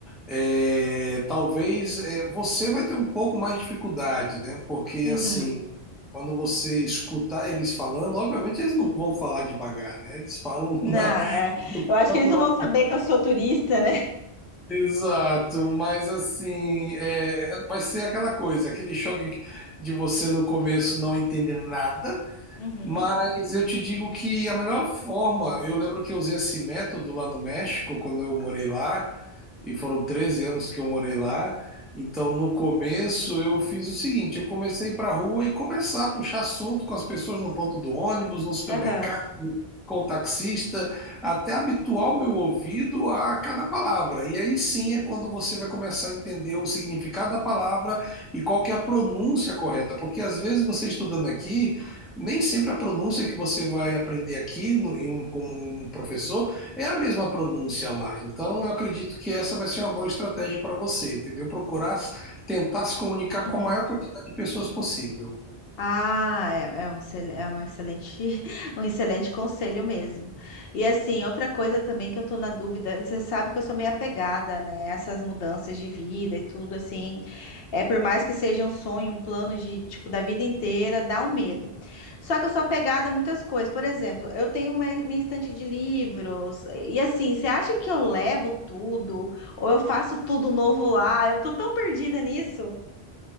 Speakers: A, in the centre; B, on the left.
A: É, talvez é, você vai ter um pouco mais de dificuldade, né? Porque
B: Uhum.
A: assim, quando você escutar eles falando, obviamente eles não vão falar devagar, né? Eles falam <laughs>
B: Não,
A: na
B: é, eu acho
A: natural.
B: que eles não vão saber que eu sou turista, né?
A: Exato, mas assim, é, vai ser aquela coisa, aquele choque de você no começo não entender nada,
B: Uhum.
A: mas eu te digo que a melhor forma, eu lembro que eu usei esse método lá no México, quando eu morei lá, e foram 13 anos que eu morei lá. Então, no começo, eu fiz o seguinte: eu comecei a ir para a rua e conversar, puxar assunto com as pessoas no ponto do ônibus, no supermercado,
B: Aham.
A: com o taxista, até habituar o meu ouvido a cada palavra. E aí sim é quando você vai começar a entender o significado da palavra e qual que é a pronúncia correta, porque às vezes você estudando aqui, nem sempre a pronúncia que você vai aprender aqui no- em um- com um professor é a mesma pronúncia lá. Então, eu acredito que essa vai ser uma boa estratégia para você, entendeu? Procurar tentar se comunicar
B: Uhum.
A: com a maior quantidade de pessoas possível.
B: Ah, é, é um, excel- é uma excelente, <laughs> um excelente conselho mesmo. E assim, outra coisa também que eu tô na dúvida, você sabe que eu sou meio apegada, né? Essas mudanças de vida e tudo, assim, é por mais que seja um sonho, um plano de, tipo, da vida inteira, dá um medo. Só que eu sou apegada a muitas coisas. Por exemplo, eu tenho uma- minha estante de livros, e assim, você acha que eu levo tudo? Ou eu faço tudo novo lá? Eu tô tão perdida nisso.